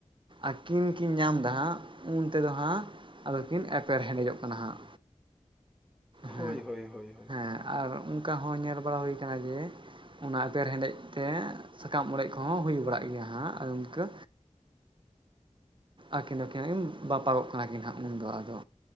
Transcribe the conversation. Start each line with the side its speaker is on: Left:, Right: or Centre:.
Right: ᱟᱹᱠᱤᱱ ᱠᱤᱱ ᱧᱟᱢᱫᱟ ᱦᱟᱸᱜ ᱩᱱ ᱛᱮᱫᱚ ᱦᱟᱸᱜ ᱟᱫᱚᱠᱤᱱ ᱮᱯᱮᱨ ᱦᱮᱸᱰᱮᱡᱚᱜ ᱠᱟᱱᱟ ᱦᱟᱸᱜ᱾ ᱦᱮᱸ
Centre: ᱦᱳᱭ ᱦᱳᱭ ᱦᱳᱭ
Right: ᱦᱮᱸ ᱟᱨ ᱚᱱᱠᱟ ᱦᱚᱸ ᱧᱮᱞ ᱵᱟᱲᱟ ᱦᱩᱭ ᱟᱠᱟᱱᱟ ᱡᱮ ᱚᱱᱟ ᱮᱯᱮᱨ ᱦᱮᱸᱰᱮᱡ ᱛᱮ ᱥᱟᱠᱟᱢ ᱚᱲᱮᱡ ᱠᱚᱦᱚᱸ ᱦᱩᱭ ᱵᱟᱲᱟᱜ ᱜᱮᱭᱟ ᱦᱟᱸᱜ ᱟᱫᱚ ᱤᱱᱠᱟᱹ ᱟᱹᱠᱤᱱ ᱫᱚᱠᱤᱱ ᱠᱤᱱ ᱵᱟᱯᱟᱜᱚᱜ ᱠᱟᱱᱟ ᱠᱤᱱ ᱦᱟᱸᱜ ᱩᱱᱫᱚ ᱟᱫᱚ